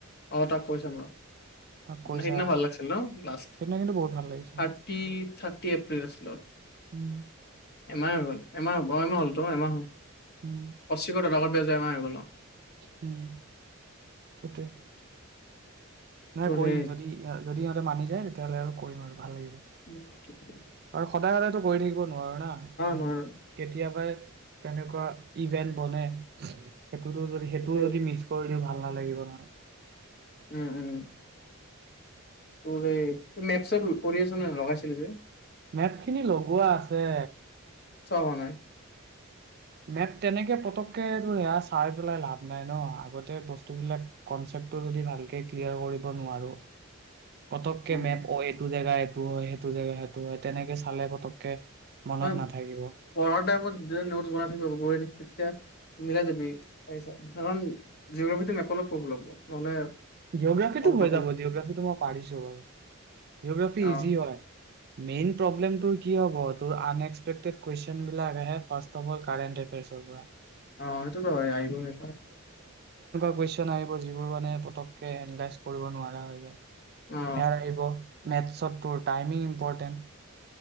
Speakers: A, on the left; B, on the right.
A: অ তাক কৈ চাম ৰ
B: তাক কৈছা
A: সিদিনা ভাল লাগিছিল ন লাষ্ট
B: সেইদিনা
A: থাৰটি
B: কিন্তু বহুত ভাল লাগিছিলে।
A: থাৰ্টি এপ্ৰিল আছিল অহ।
B: উম।
A: এমাহ হৈ গল, এমাহ হব অ এমাহ হ'লতো এমাহ হল।
B: উম,
A: অশীশ টাকত বেজমা হৈ গল
B: উম, সেইটোৱে। নাই
A: তোৰ
B: কৰিম
A: সেই
B: যদি- যদি সিহঁতে মানি যায় তেতিয়াহ'লে আৰু কৰিম আৰু
A: উম।
B: ভাল লাগিব। আৰু সদায় সদায়তো কৰি থাকিব- নোৱাৰো না
A: নহয়
B: কেতিয়াবাই- তেনেকুৱা ইভেন্ট বনে। সেইটোত যদি সেইটোও
A: সেইটোৱে।
B: যদি মিছ কৰি দিওঁ ভা- ভাল নালাগিব নহয়।
A: উম উম। তোৰ এই তোৰ মেট কৰি আছ ন লগাইছিলি যে?
B: মেট খিনি লগোৱা আছে।
A: চোৱা নাই?
B: মেট তেনেকে পতককে এইটো সেয়া চাই পেলাই লাভ নাই ন আগতে বস্তুবিলাক কনচেপ্টটো যদি ভালকে ক্লিয়াৰ কৰিব নোৱাৰোঁ। পতককে
A: নহয়
B: মেপ অ এইটো- জেগা এইটো হয় সেইটো জেগা সেইটো হয় তেনেকে চালে পতককে- মনত
A: হয়
B: নাথাকিব
A: পঢ়াৰ টাইমত- তেতিয়া মিলাই যাবি চাই চাই। কাৰণ জিঅগ্ৰাফীটো মেপৰ লগত কৰিব লাগিব, নহ'লে।
B: জিঅ'গ্ৰাফীটো
A: মনত
B: হৈ
A: নাথাকে।
B: যাব। জিঅ'গ্ৰাফীটো মই পাৰিছোঁ বাৰু। জিঅ'গ্ৰাফী
A: অ
B: ইজি হয়। মেইন প্ৰব্লেমটো কি হ'ব? তোৰ আনএক্সপেক্টেড কুৱেচনবিলাক আহে। ফাৰ্ষ্ট অৱ অল কাৰেণ্ট এফেয়াৰ্ছৰ পৰা
A: অ এইটোতো হৈয়েই আহিবই
B: কুৱেচন আহিব যিবোৰ মানে পতক এনালাইজ কৰিব নোৱাৰা হৈ যায়। সেইয়া
A: অ
B: আহিব। মেথছত, তোৰ টাইমিং ইম্পৰটেণ্ট।